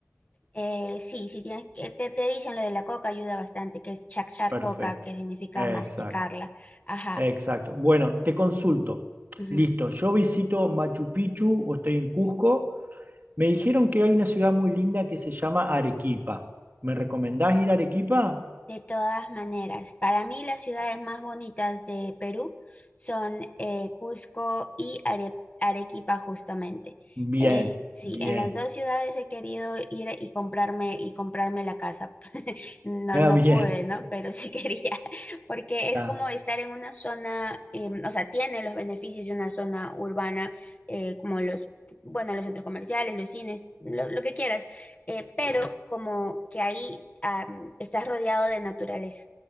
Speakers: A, on the left; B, on the right.
A: Eh, sí, sí, tienes que, te, te dicen lo de la coca ayuda bastante, que es chachar
B: Perfecto.
A: coca, que significa
B: Exacto.
A: masticarla. Ajá.
B: Exacto. Bueno, te consulto.
A: ujú.
B: Listo, yo visito Machu Picchu o estoy en Cusco. Me dijeron que hay una ciudad muy linda que se llama Arequipa. ¿Me recomendás ir a Arequipa?
A: De todas maneras, para mí las ciudades más bonitas de Perú son eh, Cusco y Are- Arequipa justamente.
B: Bien,
A: Eh, sí,
B: bien.
A: en las dos ciudades
B: <laughs>
A: he querido ir y comprarme, y comprarme la casa, No,
B: Ah,
A: no
B: bien.
A: pude, ¿no? Pero sí <laughs> quería, porque es
B: Ah,
A: como estar en una zona, eh, o sea, tiene los beneficios de una zona urbana, eh, como los, bueno, los centros comerciales, los cines, lo, lo que quieras, eh, pero como que ahí ah, estás rodeado de naturaleza.